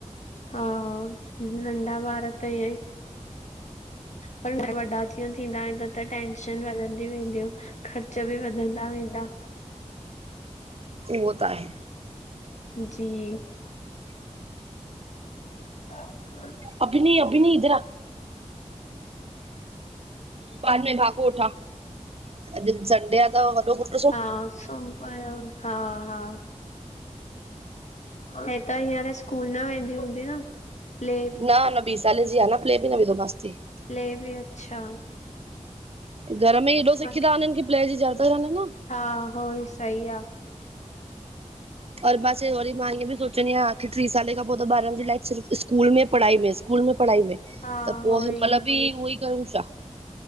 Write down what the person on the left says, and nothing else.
हा, नंढ़ा ॿार त ईंयंईं पर, वॾा जीअं थींदा वेंदा, त टेंशन वधंदी वेंदयूं। ख़र्च बि वधंदा वेंदा।
जी <inaudible>
हा, सुमपयो हूंदो, हा हा हे त, हींअर स्कूल न वेंदी हूंदी न? प्ले
ले बि अच्छा।
अ
हा हो ई सही आ।
हा
हो
ई